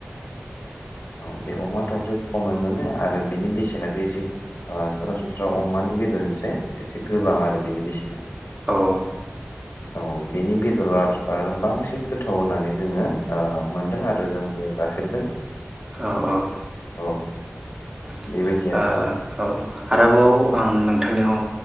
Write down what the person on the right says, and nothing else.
ओ
औ औ।
ओ
औ आरोबाव आं नों थांनियाव